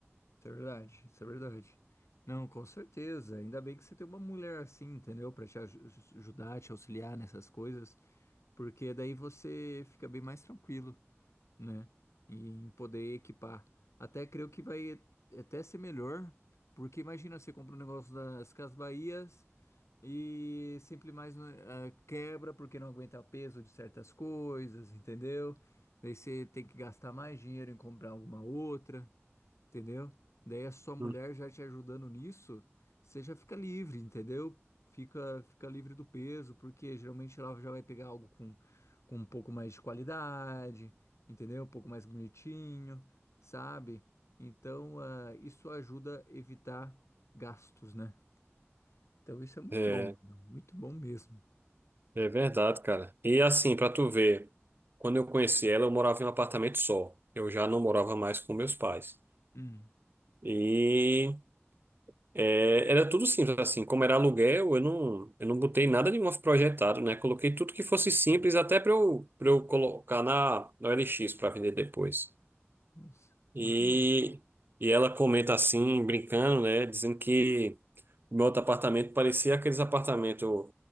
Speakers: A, on the left; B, on the right.
A: Isso é verdade, isso é verdade. Não, com certeza. Ainda bem que você tem uma mulher assim, entendeu? Pra te aj- ajudar, te auxiliar nessas coisas, porque daí você fica bem mais tranquilo. né? E em poder equipar. Até creio que vai até ser melhor, porque imagina, você compra um negócio das Casas Bahias e sempre mais eh, quebra porque não aguenta o peso de certas coisas, entendeu? Daí você tem que gastar mais dinheiro em comprar alguma outra entendeu? Daí a sua mulher
B: Hum.
A: já te ajudando nisso, você já fica livre, entendeu? Fica, fica livre do peso, porque geralmente ela já vai pegar algo com, com um pouco mais de qualidade, entendeu? Um pouco mais bonitinho, sabe? Então, ah, isso ajuda a evitar gastos, né? Então, isso é muito
B: É,
A: bom,
B: é,
A: mano, muito bom mesmo.
B: é verdade, cara. E assim, pra tu ver, quando eu conheci ela, eu morava em um apartamento só. Eu já não morava mais com meus pais.
A: Hum.
B: E é, era tudo simples, assim, como era aluguel, eu não, eu não botei nada de novo projetado, né? Coloquei tudo que fosse simples, até para eu, para eu colocar na, na OLX para vender depois.
A: Nossa,
B: E,
A: muito bom.
B: e ela comenta assim, brincando, né? Dizendo que meu outro apartamento parecia aqueles apartamentos